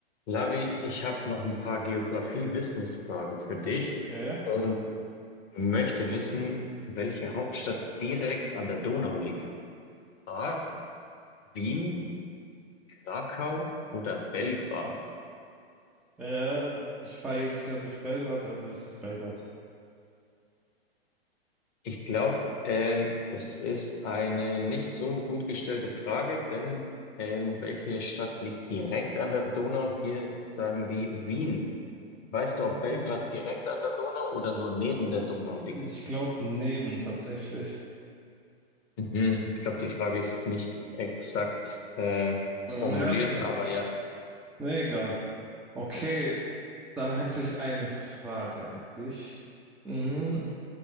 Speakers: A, on the left; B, in the centre.
A: Lavi, ich habe noch ein paar Geografie-Wissensfragen für dich
B: Okay.
A: und möchte wissen, welche Hauptstadt direkt an der Donau liegt. A. Wien, Krakau oder Belgrad?
B: Äh, ich fahre jetzt ja durch Belgrad, also ist es Belgrad.
A: Ich glaube, ähm, das ist eine nicht so gut gestellte Frage, denn ähm, welche Stadt liegt direkt an der Donau? Hier sagen die Wien. Weißt du,
B: Ah.
A: ob Belgrad direkt an der Donau oder nur neben der Donau liegt?
B: Ich glaube Neben tatsächlich.
A: Mhm. Ich glaube, die Frage ist nicht exakt äh,
B: Ja,
A: formuliert,
B: Okay.
A: aber ja.
B: Nee, egal. Okay, dann hätte ich eine Frage an dich. Mhm.